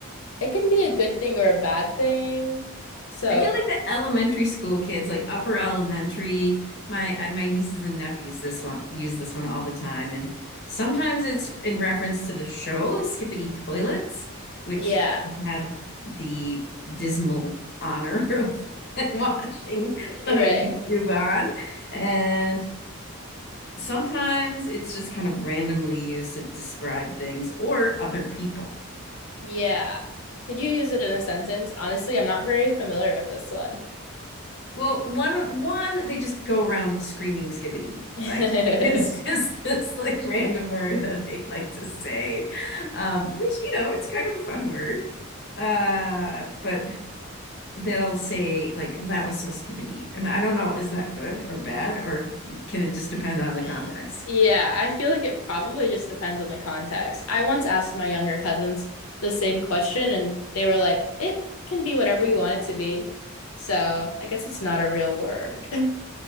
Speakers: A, on the left; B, on the left.
A: it can be a good thing or a bad thing. So,
B: I feel like the elementary school kids, like upper elementary, my I, my nieces and nephews this one use this one all the time, and sometimes it's in reference to the show Skippity Toilets, which
A: yeah,
B: I had the dismal honor <laughs> of watching uh,
A: right.
B: YouTube on, and sometimes it's just kind of randomly used to describe things or other people.
A: Yeah. Could you use it in a sentence? Honestly, I'm not very familiar with this one.
B: Well, one one they just go around screaming skibbity.
A: <laughs>
B: Like it's just <laughs> this like random word that they like to say. Um, which, you know, it's kind of a fun word. Uh, but they'll say like that was so skibbity. And I don't know, is that good or bad, or can it just depend on the
A: thing.
B: context?
A: Yeah, I feel like it probably just depends on the context. I once asked my younger cousins the same question, and they were like, it can be whatever you want it to be. So I guess it's not a real word.